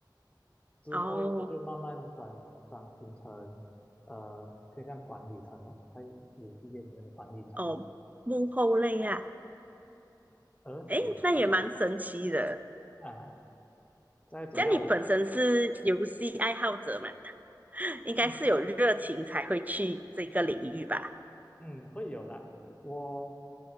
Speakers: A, on the left; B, on the right.
A: 之后就慢慢转转型成呃偏向管理层咯，
B: 哦
A: 在游戏业里面的管理层，
B: 哦，幕后类啊，
A: 呃，
B: 诶，
A: 也不算是哦
B: 那也蛮神奇的。
A: 啊，在主要我
B: 这样你本身是游戏爱好者嘛，<laughs> 应该是有热情才会去这个领域吧？
A: 嗯嗯会有啦，我